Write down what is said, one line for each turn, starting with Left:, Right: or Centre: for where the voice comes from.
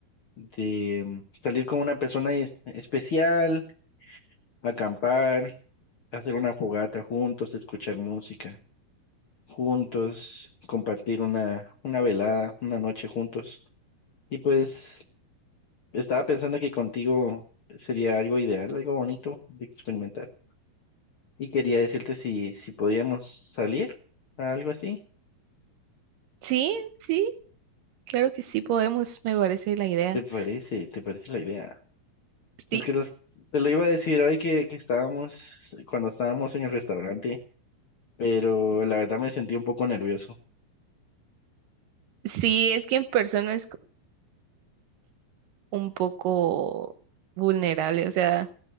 Left: de mm, salir con una persona y- especial, acampar, hacer una fogata juntos, escuchar música juntos, compartir una, una velada, una noche juntos. Y pues estaba pensando que contigo sería algo ideal, algo bonito de experimentar. Y quería decirte si, si podíamos salir a algo así.
Right: Sí, sí, claro que sí podemos, me parece la idea.
Left: ¿Te parece? ¿Te parece la idea?
Right: Sí,
Left: Es que los- te lo iba a decir hoy que, que estábamos, cuando estábamos en el restaurante, pero la verdad me sentí un poco nervioso.
Right: sí, es que en persona es co- un poco vulnerable, o sea,